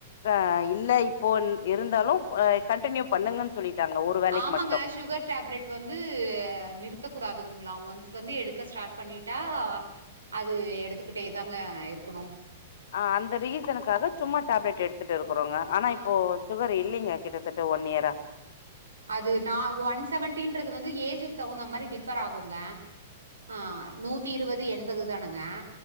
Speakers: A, on the left; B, on the right.
A: ஆ இல்ல இப்போ இருந்தாலு கண்டினியூ பண்ணுங்கன்னு சொல்லிட்டாங்க ஒரு வேலைக்கு
B: ஆமாங்க
A: மட்டு
B: சுகர் டேப்லெட் டு வந்து நிறுத்தக் கூடாதுங்ளா ஒன்ஸ் வந்து எடுக்க ஸ்டார்ட் பண்ணிட்டா அது எடுத்துக்கிட்டே தாங்க இருக்கணு
A: ஆ அந்த ரீசனுக்காக சும்மா டேப்லெட் எடுத்துட்டுருக்கறோங்க ஆனா
B: ஆ
A: இப்போ சுகர் இல்லிங்க கிட்டத்தட்ட ஒன் இயரா
B: அது நா ஒன் செவன்டின்றது வந்து ஏஜுக்கு தகுந்த மாதரி டிஃபர் ஆகுங்க ஆ நூத்தி இருவது எண்பது தானுங்க